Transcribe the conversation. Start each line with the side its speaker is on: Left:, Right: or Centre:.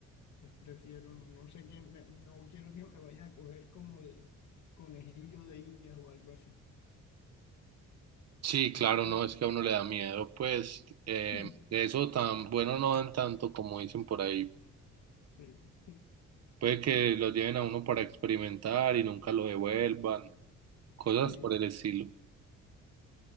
Left: Pues prefiero no, no sé qué, me- no quiero que me vaya a coger como de conejillo de indias o algo así.
Right: Sí, claro,
Left: ¿Tú?
Right: no, es que a uno le da miedo, pues eh,
Left: <laughs>
Right: de eso tan bueno no dan tanto como dicen por ahí.
Left: Sí, <laughs>
Right: Puede que lo lleven a uno para experimentar y nunca lo devuelvan, cosas
Left: sí.
Right: por el estilo.